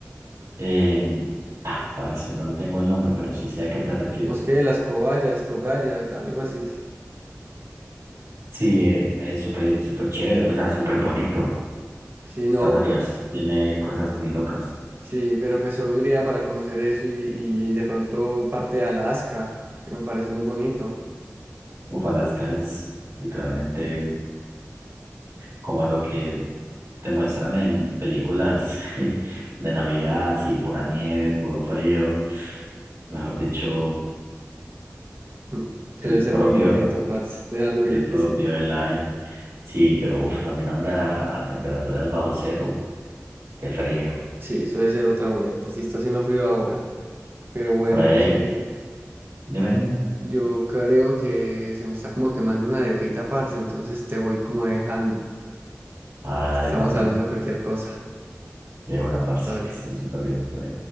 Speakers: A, on the right (about 90°); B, on the right (about 45°).
A: Eh, ah, parce, no le tengo el nombre, pero sí sé a qué te refieres.
B: bosque de las cobayas, cogallas, algo así.
A: Sí, eh, es súper súper chévere, o sea, súper bonito.
B: Sí, no,
A: Estados Unidos
B: pa-
A: tiene cosas muy locas.
B: sí, pero pues solo iría para conocer eso y, y de pronto parte de Alaska, que me parece muy bonito.
A: Uf, Alaska es literalmente como lo que te muestran en películas <laughs> de Navidad, así pura nieve, puro frío, mejor dicho,
B: Mm.
A: el
B: Debe
A: propio,
B: ser muy bonito, parce. Déjalo bien
A: el
B: que
A: propio
B: sí.
A: helaje. Sí, pero uff, también andar a, a temperaturas bajo cero, qué frío.
B: Sí, eso debe ser otra vuelta. Sí está haciendo frío ahora. Pero bueno,
A: Por ahí,
B: yo sí,
A: hay- dime, dime.
B: yo creo que se me está como quemando una arepita, parce. Entonces te voy como dejando.
A: Ah, dale,
B: Estamos
A: papi.
B: hablando de cualquier cosa.
A: De buena parte,
B: Todo bien.
A: que estén súper bien. por